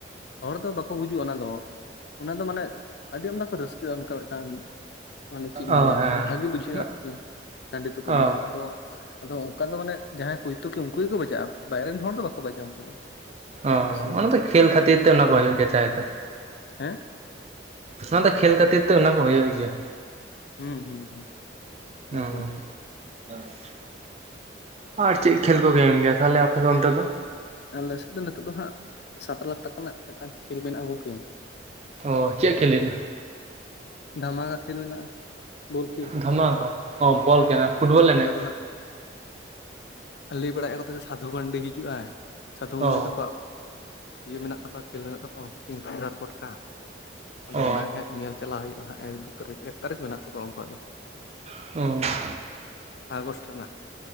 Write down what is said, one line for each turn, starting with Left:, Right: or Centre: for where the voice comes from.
Left: ᱦᱚᱲ ᱫᱚ ᱵᱟᱠᱚ ᱜᱩᱡᱩᱜᱼᱟ ᱚᱱᱟ ᱫᱚ᱾ ᱚᱱᱟ ᱫᱚ ᱢᱟᱱᱮ ᱟᱹᱰᱤ ᱟᱢᱫᱟ ᱠᱚ ᱨᱟᱹᱥᱠᱟᱹᱜᱼᱟ ᱚᱱᱠᱟ ᱢᱤᱫᱴᱟᱝ ᱢᱟᱱᱮ ᱪᱮᱫ ᱤᱧ
Right: ᱚ
Left: ᱞᱟᱹᱭᱟ
Right: ᱦᱮᱸ
Left: ᱵᱷᱟᱹᱜᱤ ᱵᱩᱡᱷᱟᱹᱜᱼᱟ ᱟᱨᱠᱤ ᱥᱟᱺᱰᱤ ᱛᱩᱯᱩᱫ
Right: ᱚ
Left: ᱧᱮᱞ ᱟᱫᱚ ᱟᱫᱚ ᱚᱱᱠᱟ ᱫᱚ ᱢᱟᱱᱮ ᱡᱟᱦᱟᱸᱭ ᱠᱚᱭᱛᱩᱠᱤ ᱩᱱᱠᱩ ᱜᱮᱠᱚ ᱵᱟᱡᱟᱜᱼᱟ ᱵᱟᱭᱨᱮ ᱨᱮᱱ ᱦᱚᱲ ᱫᱚ ᱵᱟᱠᱚ ᱵᱟᱡᱟᱜ-ᱟ ᱩᱱᱠᱩ ᱫᱚ᱾
Right: ᱚ
Left: ᱵᱮᱥᱤ
Right: ᱚᱱᱟ ᱫᱚ ᱠᱷᱮᱞ ᱠᱷᱟᱹᱛᱤᱨ ᱛᱮ ᱚᱱᱟ ᱠᱚ ᱦᱩᱭᱩᱜ ᱜᱮᱭᱟ ᱪᱟᱭᱛᱟ᱾
Left: ᱦᱮᱸ᱾
Right: ᱚᱱᱟ ᱫᱚ ᱠᱷᱮᱞ ᱠᱷᱟᱹᱛᱤᱨ ᱛᱮ ᱚᱱᱟ ᱠᱚ ᱦᱩᱭᱩᱜ ᱜᱮᱭᱟ᱾
Left: ᱦᱩᱸ ᱦᱩᱸ ᱦᱩᱸ ᱵᱟᱯᱮ
Right: ᱚ
Left: ᱦᱩᱭᱩᱜ-ᱟ ᱾
Right: <inaudible> ᱟᱨ ᱪᱮᱫ ᱠᱷᱮᱞ ᱠᱚ ᱜᱮ ᱮᱢ ᱜᱮᱭᱟ ᱛᱟᱦᱞᱮ ᱟᱯᱮ ᱫᱚ ᱚᱱᱛᱮ ᱫᱚ?
Left: ᱟᱞᱮ ᱥᱮᱫ ᱫᱚ ᱱᱤᱛᱚᱜ ᱫᱚ ᱦᱟᱸᱜ ᱥᱟᱛ ᱞᱟᱠᱷ ᱴᱟᱠᱟ ᱨᱮᱱᱟᱜ ᱢᱤᱫᱴᱟᱝ ᱠᱷᱮᱞ ᱢᱮᱱᱟᱜ-ᱟ ᱜᱚᱝᱠᱮ᱾
Right: ᱚ ᱪᱮᱫ ᱠᱷᱮᱞ ᱦᱮᱱᱟᱜ-ᱟ?
Left: ᱫᱷᱟᱢᱟᱠᱟ ᱠᱷᱮᱞ ᱢᱮᱱᱟᱜᱼᱟ᱾ ᱵᱚᱞ ᱠᱷᱮᱞ
Right: ᱫᱷᱟᱢᱟᱠᱟ ᱚ ᱵᱚᱞ ᱠᱷᱮᱞ ᱯᱷᱩᱴᱵᱚᱞ
Left: ᱵᱚᱞ ᱠᱷᱮᱞ
Right: ᱮᱱᱮᱡ᱾
Left: ᱟᱫᱚ ᱦᱟᱸᱜ ᱞᱟᱹᱭ ᱵᱟᱲᱟᱭᱮᱫ-ᱟ ᱠᱚᱛᱚ ᱥᱟᱫᱷᱩ ᱢᱟᱱᱰᱤ ᱦᱤᱡᱩᱜ-ᱟᱭ᱾ ᱥᱟᱫᱷᱩ ᱢᱟᱱᱰᱤ
Right: ᱚ
Left: ᱛᱟᱠᱚᱣᱟᱜ ᱤᱭᱟᱹ ᱢᱮᱱᱟᱜ ᱛᱟᱠᱚᱣᱟ ᱠᱷᱮᱞ ᱢᱮᱱᱟᱜ ᱛᱟᱠᱚᱣᱟ᱾ ᱠᱤᱝᱯᱷᱤᱥᱟᱨ ᱯᱚᱴᱠᱟ ᱟᱫᱚ
Right: ᱚ
Left: ᱚᱱᱟᱜᱮ ᱦᱟᱸᱜ ᱧᱮᱞ ᱪᱟᱞᱟᱜ ᱦᱩᱭᱩᱜᱼᱟ ᱦᱟᱸᱜ᱾ ᱮᱠ ᱫᱩ ᱛᱟᱹᱨᱤᱠᱷ ᱮᱠ ᱛᱟᱹᱨᱤᱠᱷ ᱢᱮᱱᱟᱜ ᱛᱟᱠᱚᱣᱟ ᱩᱱᱠᱩᱣᱟᱜ ᱫᱚ᱾
Right: <unintelligible>
Left: ᱟᱜᱚᱥᱴ ᱨᱮᱱᱟᱜ